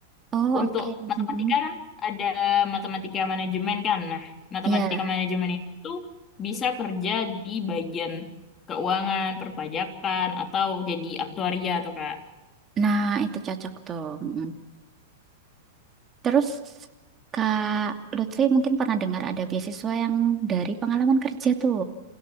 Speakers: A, on the right; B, on the left.
A: Oh,
B: Untuk
A: oke.
B: matematika
A: Mm-mm.
B: kan ada matematika manajemen kan. Nah, matematika
A: Iya.
B: manajemen itu tuh bisa kerja di bagian keuangan, perpajakan, atau jadi aktuaria atau kak.
A: Nah, itu cocok tuh. Mm-mm. Terus, Kak Lutfi mungkin pernah dengar ada beasiswa yang dari pengalaman kerja tuh.